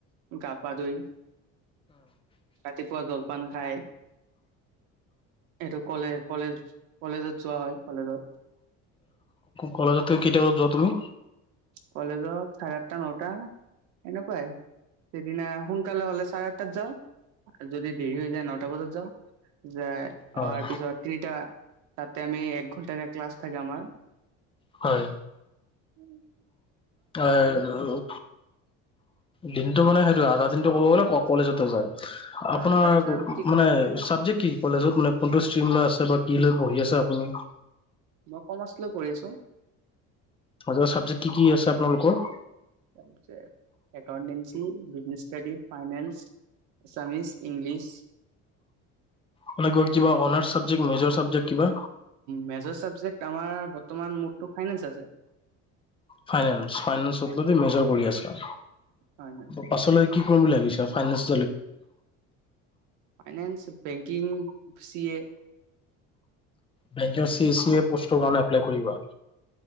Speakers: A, on the right (about 80°); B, on the left (about 20°).
A: গা পা ধুই ৰাতিপুৱা জলপান খাই এইটো কলে কলেজ কলেজত যোৱা হয় কলেজত
B: কলেজত কেইটা বজাত যোৱা তুমি?
A: কলেজত চাৰে আঠটা নটা সেনেকুৱাই সেইদিনা সোনকালে হলে চাৰে আঠটাত যাওঁ আৰু যদি দেৰি হৈ যায় নটা বজাত যাওঁ। যায়
B: হয়
A: অহাৰ পিছত তিনিটা তাতে আমি এক ঘণ্টা ক্লাছ থাকে আমাৰ
B: হয়।
A: উম।
B: হয় দিনটো মানে সেইটো আধা দিনটো ক'ব গ'লে কলেজতে যায়। আপোনাৰ
A: আহ তাৰপিছত আমি ঠিক
B: মানে চাবজেক্ট কি কলেজত মানে কোনটো ষ্টিম লৈ আছে বা কি লৈ পঢ়ি আছে
A: অ
B: আপুনি
A: মই কমাৰ্চ লৈ পঢ়ি আছো
B: মেজৰ চাবজেক্ট কি কি আছে আপোনালোকৰ
A: তাৰপিছত accountancy business study finance Assamese, English.
B: মানে কিবা অনাৰ্ চাবজেক্ট, মেজৰ চাবজেক্ট কিবা
A: মেজৰ চাবজেক্ট আমাৰ বৰ্তমান মোৰটো ফাইনেন্স আছে।
B: ফাইনেন্স ফাইনেন্সত মেজৰ কৰি আছা
A: হয়
B: পাছলৈ কি কি কৰিম বুলি ভাবিছা finance
A: finance banking C A
B: bank C C A পষ্টৰ কাৰণে এপ্লাই কৰিবা।